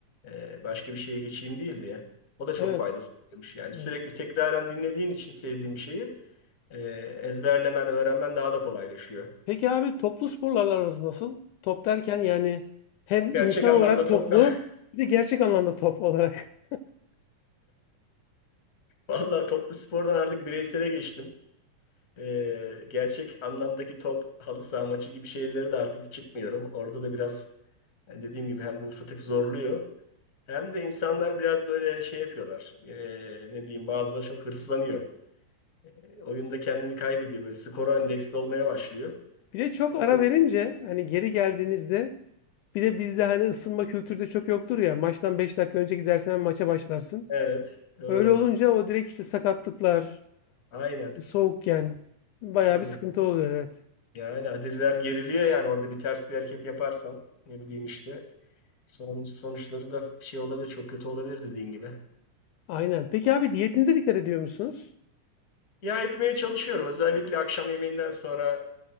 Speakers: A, on the left; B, on the left.
A: e, başka bir şeye geçeyim değil diye. O da çok
B: evet.
A: fayda sağlamış yani.
B: evet.
A: Sürekli tekraren dinlediğin için sevdiğin bir şeyi e, ezberlemen, öğrenmen daha da kolaylaşıyor.
B: Peki abi toplu sporlarla aranız nasıl? Top derken yani hem
A: Gerçek
B: insan
A: anlamda
B: olarak
A: toptan
B: toplu bir de gerçek anlamda top olarak.
A: Valla toplu spordan artık bireysele geçtim. Ee, gerçek anlamdaki top halı saha maçı gibi şeyleri de artık çıkmıyorum. Orada da biraz yani dediğim gibi hem bu fıtık zorluyor hem de insanlar biraz böyle şey yapıyorlar. Ee, ne diyeyim bazıları çok hırslanıyor. Ee, oyunda kendini kaybediyor böyle skora endeksli olmaya başlıyor.
B: Bir de çok
A: E, onu
B: ara
A: da se-
B: verince hani geri geldiğinizde bir de bizde hani ısınma kültürü de çok yoktur ya. Maçtan 5 dakika önce gidersen hemen maça başlarsın.
A: evet doğru
B: Öyle olunca o direkt işte sakatlıklar,
A: aynen
B: soğukken bayağı
A: tabii.
B: bir sıkıntı oluyor evet.
A: Yani Adiller geriliyor yani orada bir ters bir hareket yaparsan ne bileyim işte son, sonuçları da şey olabilir çok kötü olabilir dediğin gibi.
B: Aynen. Peki abi diyetinize dikkat ediyor musunuz?
A: Ya etmeye çalışıyorum özellikle akşam yemeğinden sonra